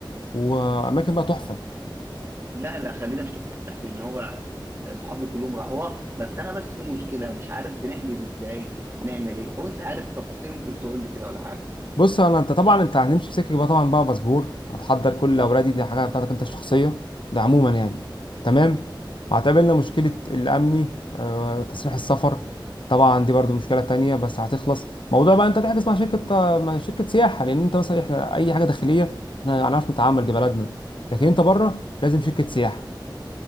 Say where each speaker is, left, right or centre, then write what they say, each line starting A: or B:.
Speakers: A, on the left; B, on the right.
A: واماكن بقى تحفة
B: لا لا خلينا في تركيا في ان هو اصحابي كلهم راحوها بس انا بس في مشكله مش عارف بنحجز ازاي نعمل ايه لو انت عارف تفاصيل ممكن تقول لي كده ولا حاجه
A: بص انا انت طبعا انت هنمشي في سكه بقى طبعا بقى باسبور هتحضر كل الاوراق دي دي حاجه بتاعتك انت الشخصيه ده عموما يعني تمام وهتقابلنا مشكله الامني آه، تصريح السفر طبعا دي برضو مشكله تانية بس هتخلص موضوع بقى انت تحجز مع شركه آه، مع شركه سياحه لان انت مثلا احنا اي حاجه داخليه احنا هنعرف نتعامل دي بلدنا لكن انت بره لازم شركه سياحه